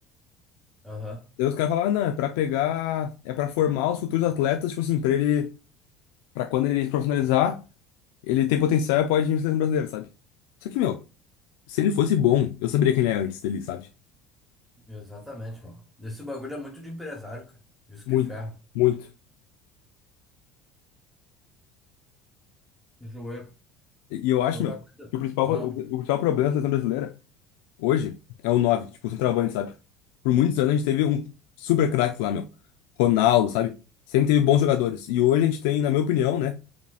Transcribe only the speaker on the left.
Daí os caras falavam, ah, não, é pra pegar, é pra formar os futuros atletas, tipo assim, pra ele, pra quando ele se profissionalizar, ele tem potencial e pode ir na seleção brasileira, sabe? Só que, meu, se ele fosse bom, eu saberia quem ele é antes dele, sabe?
Muito,
muito.
E e eu acho,
meu, que
o principal,
o, o principal problema da seleção brasileira Hoje é o 9 tipo, o centroavante, sabe? Por muitos anos a gente teve um super craque lá, meu. Ronaldo, sabe? Sempre teve bons jogadores. E hoje a gente tem, na minha opinião, né?